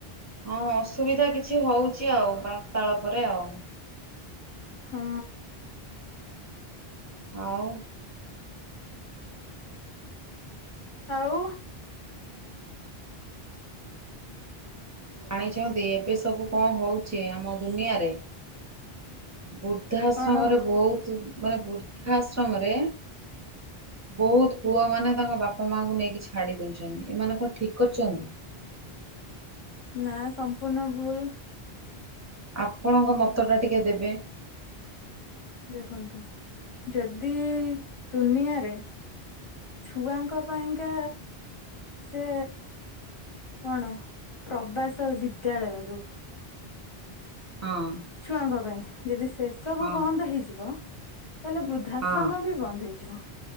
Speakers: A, on the right; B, on the left.
A: ଆଉଁ ଅସୁବିଧା କିଛି ହଉଛି ଆଉ ବାର୍ତ୍ତାଳାପରେ ଆଉ।
B: ହୁଁ।
A: ଆଉ।
B: ଆଉ।
A: ଜାଣିଛନ୍ତି ଏବେ ସବୁ କଣ ହଉଛି ଆମ ଦୁନିଆରେ। ବୃଦ୍ଧା ଆଶ୍ରମରେ
B: କଣ
A: ବହୁତ ମାନେ ବୃଦ୍ଧା ଆଶ୍ରମରେ। ବହୁତ ପୁଅମାନେ ତାଙ୍କ ବାପା ମାଙ୍କୁ ନେଇକି ଛାଡି ଦଉଛନ୍ତି ଏମାନେ କଣ ଠିକ କରିୁଛନ୍ତି।
B: ନା ସମ୍ପୂର୍ଣ୍ଣ ଭୁଲ।
A: ଆପଣଙ୍କ ମତ ଟା ଟିକେ ଦେବେ।
B: ଦେଖନ୍ତୁ ଯଦି ଦୁନିଆରେ। ଛୁଆଙ୍କ ପାଇଁକା। ସେ କଣ ପ୍ରବାସ ବିଦ୍ୟାଳୟ ଯୋଉ।
A: ହଁ।
B: ଛୁଆଙ୍କ ପାଇଁ ଯଦି ସେ ସବୁ
A: ହଁ
B: ବନ୍ଦ ହେଇଯିବ ତାହେଲେ ବୃ ବୃଦ୍ଧାଶ୍ରମ
A: ହଁ
B: ବି ବନ୍ଦ ହେଇଯିବ